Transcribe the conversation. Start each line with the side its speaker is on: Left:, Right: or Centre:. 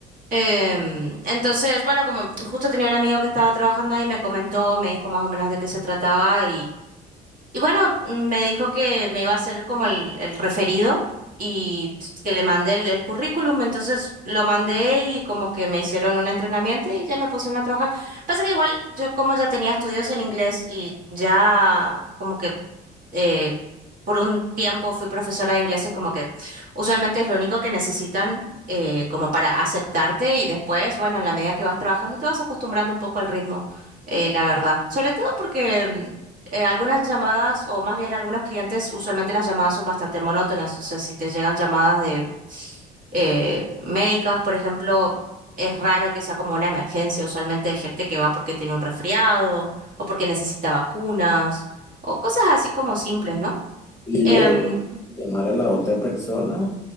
Right: Em, entonces, bueno, como justo tenía un amigo que estaba trabajando ahí, me comentó, me dijo más o menos de qué se trataba y bueno, me dijo que me iba a hacer como el, el referido y pues, que le mandé el, el currículum. Entonces lo mandé y como que me hicieron un entrenamiento y ya me pusieron a trabajar. Pasa que igual yo como ya tenía estudios en inglés y ya como que eh, por un tiempo fui profesora de inglés, es como que usualmente es lo único que necesitan eh, como para aceptarte y después, bueno, en la medida que vas trabajando te vas acostumbrando un poco al ritmo, eh, la verdad. Sobre todo porque eh, algunas llamadas, o más bien algunos clientes, usualmente las llamadas son bastante monótonas. O sea, si te llegan llamadas de eh, médicas, por ejemplo, es raro que sea como una emergencia. Usualmente hay gente que va porque tiene un resfriado, o porque necesita vacunas, o cosas así como simples, ¿no?
Left: Y
Right: Em,
Left: luego tú tienes que llamar a la otra persona,